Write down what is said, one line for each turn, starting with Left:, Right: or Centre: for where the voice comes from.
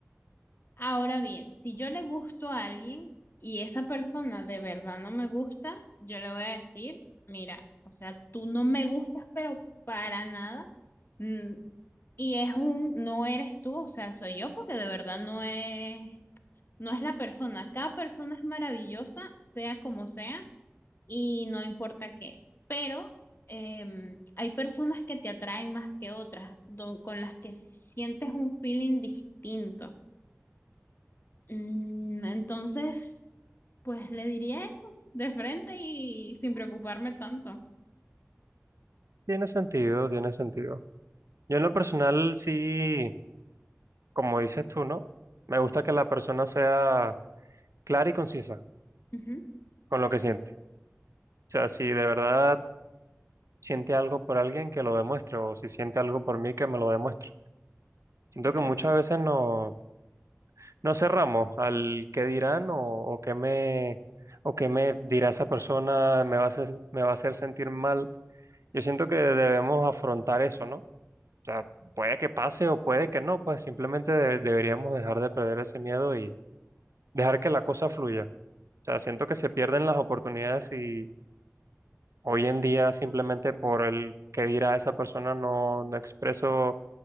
Left: Ahora bien, si yo le gusto a alguien y esa persona de verdad no me gusta, yo le voy a decir, mira, o sea, tú no me gustas, pero para nada. Mm, Y es un, no eres tú, o sea, soy yo porque de verdad no es No es la persona, cada persona es maravillosa, sea como sea, y no importa qué. Pero em, hay personas que te atraen más que otras, don- con las que sientes un feeling distinto. Mm, entonces, pues le diría eso de frente y sin preocuparme tanto.
Right: Tiene sentido, tiene sentido. Yo en lo personal sí, como dices tú, ¿no? Me gusta que la persona sea clara y concisa
Left: Ujú,
Right: con lo que siente. O sea, si de verdad siente algo por alguien, que lo demuestre, o si siente algo por mí, que me lo demuestre. Siento
Left: claro.
Right: que muchas veces no, no cerramos al qué dirán o, o qué me, o qué me dirá esa persona, me va a hacer, me va a hacer sentir mal. Yo siento que debemos afrontar eso, ¿no? O sea, puede que pase o puede que no, pues simplemente de- deberíamos dejar de perder ese miedo y dejar que la cosa fluya. O sea, siento que se pierden las oportunidades y hoy en día simplemente por el que dirá esa persona no, no expreso